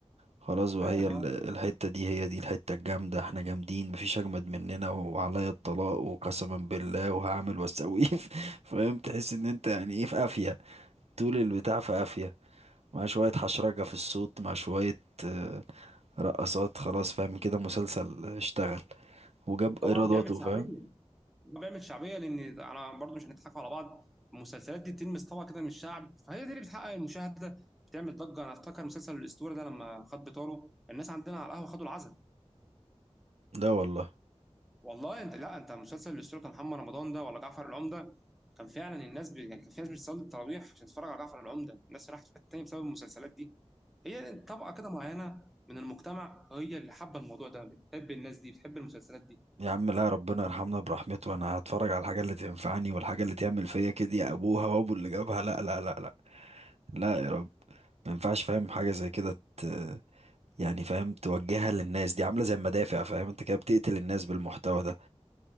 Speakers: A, on the right; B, in the centre.
A: خلاص
B: فاهم
A: وهي ال-
B: اه
A: الحتة دي هي دي الحتة الجامدة احنا جامدين مفيش اجمد مننا وعليا الطلاق وقسما بالله وهعمل واسوي <laughs> فاهم تحس ان انت يعني ايه في قافية طول البتاع في قافية مع شوية حشرجة في الصوت مع شوية آه، رقصات خلاص فاهم كده مسلسل اشتغل وجاب
B: وطبعا
A: ايراداته
B: بيعمل شعبيه
A: فاهم
B: هو بيعمل شعبيه لان انا برضو مش هنضحك على بعض المسلسلات دي بتلمس طبقه كده من الشعب فهي دي اللي بتحقق المشاهده بتعمل ضجه انا افتكر مسلسل الاسطوره ده لما خد بطاره الناس عندنا على القهوه خدوا العزل
A: لا والله
B: والله انت لا انت مسلسل الاسطوره محمد رمضان ده ولا جعفر العمده كان فعلا الناس ب... يعني كان في ناس بتصلي التراويح عشان تتفرج على جعفر العمده الناس راحت في حته تانيه بسبب المسلسلات دي هي طبقه كده معينه من المجتمع هي اللي حابه الموضوع ده بتحب الناس دي بتحب المسلسلات دي
A: يا عم لا ربنا يرحمنا برحمته انا هتفرج على الحاجه اللي تنفعني والحاجه اللي تعمل فيا كده يا ابوها وابو اللي جابها لا لا لا لا لا يا رب ما ينفعش فاهم حاجه زي كده ت... يعني فاهم توجهها للناس دي عامله زي المدافع فاهم انت كده بتقتل الناس بالمحتوى ده